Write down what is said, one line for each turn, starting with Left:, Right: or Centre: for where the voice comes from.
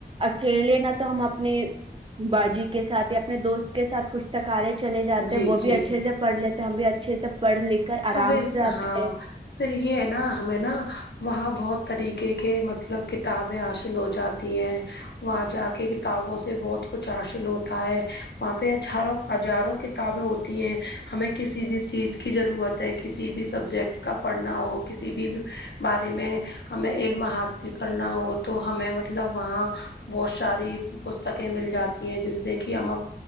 Right: اکیلے نہ تو ہم اپنی باجی کے ساتھ یا اپنے دوست کے ساتھ پوھ کالج چلے جاتے
Left: جی
Right: ہیں وہ
Left: جی
Right: بھی اچھے سے پڑھ لیتے ہیں ہم بھی اچھے سے پڑھ لکھ کر آرام
Left: اب
Right: سے آتے
Left: ہاں
Right: ہیں
Left: پھر یہ ہے نا ہمیں نا وہاں بہت طریقے کے مطلب کتابیں حاصل ہو جاتی تی ہے وہاں جا کے کتابوں سے بہت کچھ حاصل ہوتا ہے وہاں پہ ہزاروں ہزاروں کتابیں ہوتی ہیں ہمیں کسی بھی چیز کی ضرورت کسی بھی سبجیکٹ کا پڑھنا ہو کسی بھی بارے میں ہمیں علم حاصل کرنا ہو تو ہمیں مطلب وہاں بہت ساری پستکیں مل جاتی ہیں جن سے کہ ہم